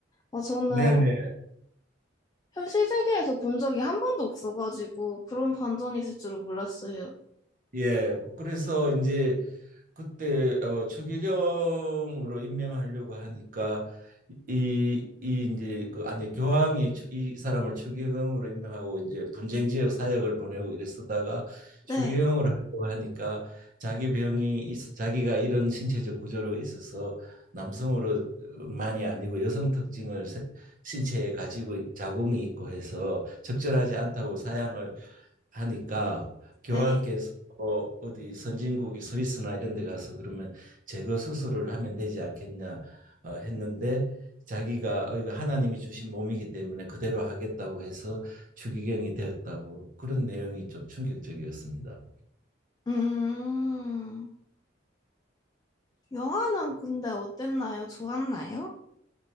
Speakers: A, on the left (about 20°); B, on the right (about 45°).
A: 아, 저는
B: 네, 네.
A: 현실 세계에서 본 적이 한 번도 없어가지고 그런 반전이 있을 줄은 몰랐어요.
B: 예, 그래서 이제 그때 어, 추기경으로 임명하려고 하니까 이, 이 이제 그 안에 교황이 추- 이 사람을 추기경으로 임명하고 이제 분쟁 지역 사역을 보내고 이래 쓰다가 추기경으로
A: 네,
B: 음. 하려고 하니까 자기 병이 있- 자기가 이런 신체적 구조로 있어서 남성으로 만이 아니고 여성 특징을 세- 신체에 가지고 자궁이 있고 해서 적절하지 않다고 사양을 하니까 교황께서
A: 네.
B: 뭐 어디 선진국이 스위스나 이런 데 가서 그러면 제거 수술을 하면 되지 않겠냐 어, 했는데 자기가 어, 이거 하나님이 주신 몸이기 때문에 그대로 하겠다고 해서 추기경이 되었다고 그런 내용이 좀 충격적이었습니다.
A: 음, 영화는 근데 어땠나요? 좋았나요?